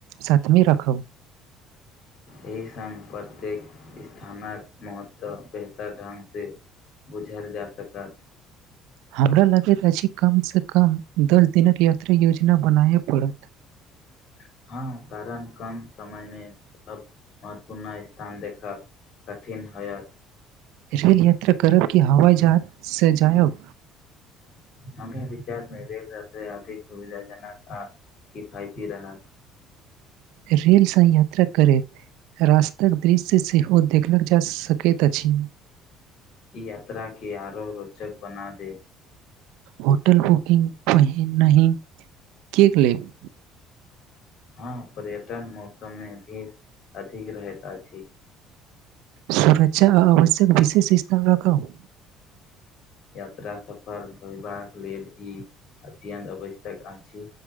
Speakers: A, on the right (about 80°); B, on the left (about 50°).
A: सतमे राखब
B: एहि संग प्रत्येक स्थानक महत्व बेहतर ढंग से बुझायल जा सकत
A: हमरा लगैत अछि कमसँ कम दस दिनक यात्रा योजना बनाबय पड़त
B: <inaudible> हँ कारण कम समयमे सब महत्वपूर्ण स्थान देखब कठिन होयत
A: रेल यात्रा करब कि हवाई जहाज से जायब
B: हमरा विचारमे रेल यात्रा अधिक सुविधाजनक आ किफायती रहत
A: रेलसँ यात्रा करैत रास्ताक दृश्य सेहो देखलक जा सकैत अछि
B: ई यात्रा के आरो रोचक बना दे
A: होटल बुकिंग पहिनहि कियक लेब
B: हँ पर्यटन मौसममे भीड़ अधिक रहैत अछि
A: सुरक्षा आ आवश्यक विशेष स्थान राखब
B: यात्रा सफल होयबाक लेल ई अत्यन्त आवश्यक अछि